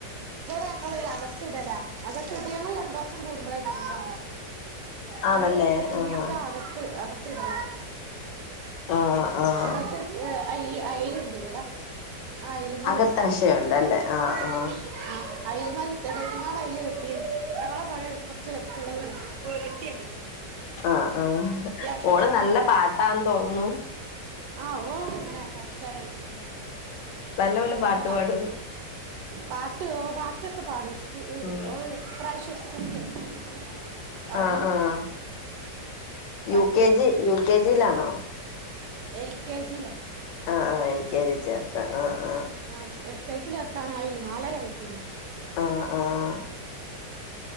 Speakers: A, on the right; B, on the left.
A: ഞങ്ങളിതകത്തിടല അകത്തിട്ട് ഞങ്ങൾ രണ്ടുസം കൂടുമ്പോളേട്കൊള്ളൂ. ഞങ്ങള്
B: ആണല്ലേ
A: തുണിയൊക്കെ
B: ആഹ്
A: അകത്ത് അകത്തിടലാ.
B: ആഹ് ആഹ്
A: കത്ത് അയ് അയില്ണ്ട് ഇവിടാ. ആ <unintelligible>
B: അകത്തശയുണ്ടല്ലേ ആഹ് ആഹ്
A: ആഹ്. അയൽ മതി തടങ്ങാള് കെട്ടീന്ന് അങ്ങളെ പൊരാ കൊറച്ച് വലിപള്ളെരെ. ഓരട്ടിയല്ലേ
B: ആഹ് ആഹ്
A: യാശ്യം
B: ഓള്
A: വലുപ്പൊള്ളെ
B: നല്ല
A: വീടാ.
B: പാട്ടാന്ന് തോന്നുന്നു
A: ആഹ് ഓളെങ്ങനെച്ചറളിച് ങ്ങടയ്ക്ക.
B: നല്ല പോലെ പാട്ട്
A: റുമ്പ
B: പാടും
A: പാട്ട് പാട്ട ഇതൊക്കെ പാടും സ്കൂ
B: ഉം
A: ഓള് ഇപ്രാവശ്യം സ്കൂള ചേർ ങ്ങനെ അവിടുന്ന്.
B: ആഹ് ആഹ്
A: പഠിച്ചെടുത്തു
B: യു കെ ജി യു കെ ജിയിലാണോ?
A: എൽ കെ ജി ല.
B: ആഹ് ആഹ് എൽ കെ ജി ചേർത്ത ആഹ് ആഹ്.
A: ആഹ് എ കെ ജി ൽ നിർത്താനായില്ല നാലരയിട്ടൊള്ളൂ.
B: ആഹ് ആഹ്.